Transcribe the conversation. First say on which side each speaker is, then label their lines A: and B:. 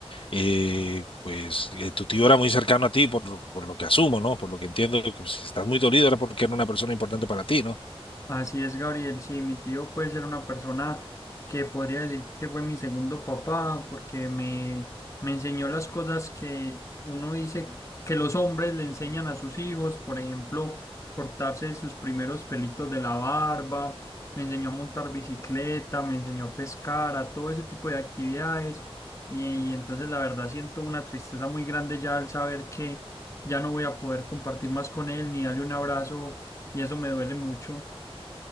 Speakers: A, on the left (about 60°); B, on the left (about 30°).
A: Eh, pues eh, tu tío era muy cercano a ti, por lo, por lo que asumo, ¿no? Por lo que entiendo, que pues, si estás muy dolido era porque era una persona importante para ti, ¿no?
B: Así es, Gabriel. Sí, mi tío puede ser una persona que podría decir que fue mi segundo papá, porque me, me enseñó las cosas que uno dice que los hombres le enseñan a sus hijos, por ejemplo, cortarse sus primeros pelitos de la barba, me enseñó a montar bicicleta, me enseñó a pescar, a todo ese tipo de actividades. Y, y entonces la verdad siento una tristeza muy grande ya al saber que ya no voy a poder compartir más con él ni darle un abrazo, y eso me duele mucho.